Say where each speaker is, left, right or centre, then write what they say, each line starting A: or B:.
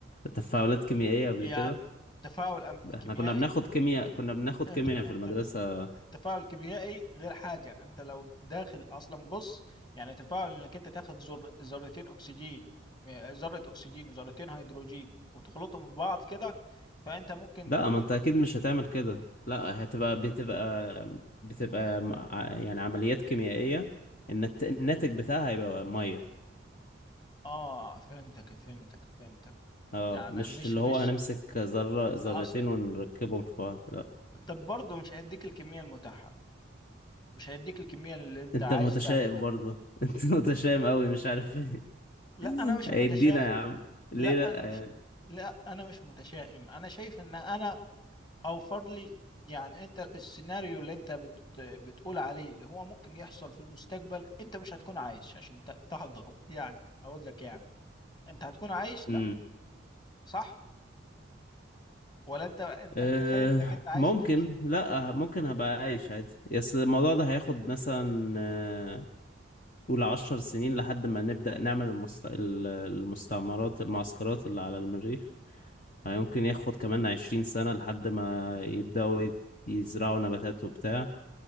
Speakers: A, on the left; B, on the left.
A: تفاعلات كيميائيه قبل
B: يعني
A: كده
B: تفاعل أم... كيميائي
A: احنا كنا بناخد كيمياء كنا بناخد
B: انت
A: كيمياء في
B: انت
A: المدرسه
B: د- التفاعل كيميائي غير حاجه انت لو داخل اصلا بص يعني تفاعل انك انت تاخد ذر... ذرتين اكسجين ذره اكسجين وذرتين هيدروجين وتخلطهم في بعض كده فانت ممكن
A: لا ما انت اكيد مش هتعمل كده لا هتبقى بتبقى بتبقى مع- يعني عمليات كيميائية النت... الناتج بتاعها هيبقى مية
B: اه فهمتك فهمتك فهمتك
A: اه
B: يعني
A: مش
B: مش
A: اللي
B: مش
A: هو هنمسك ذرة ذرتين
B: اصل
A: ونركبهم في بعض لا
B: طب برضه مش هيديك الكميه المتاحه مش هيديك الكميه اللي انت
A: انت
B: عايز
A: متشائم
B: تعملها
A: برضه <laughs> انت متشائم قوي مش عارف ايه
B: لا
A: <laughs>
B: انا مش
A: هيدينا
B: متشائم
A: يا عم ليه
B: لا
A: لا
B: انا مش
A: يعني
B: لا انا مش متشائم انا شايف ان انا اوفر لي يعني انت السيناريو اللي انت بت... بتقول عليه اللي هو ممكن يحصل في المستقبل انت مش هتكون عايش عشان ت... تحضره يعني اقول لك يعني انت هتكون عايش
A: امم
B: لا صح ولا انت انت
A: أه
B: متخيل انك انت عايز
A: ممكن
B: تعيشه
A: لا ممكن هبقى عايش عادي بس الموضوع ده هياخد مثلا آه، قول عشر سنين لحد ما نبدأ نعمل المست... ال- المستعمرات المعسكرات اللي على المريخ يمكن ياخد كمان عشرين سنة لحد ما يبدأوا يت- يزرعوا نباتات وبتاع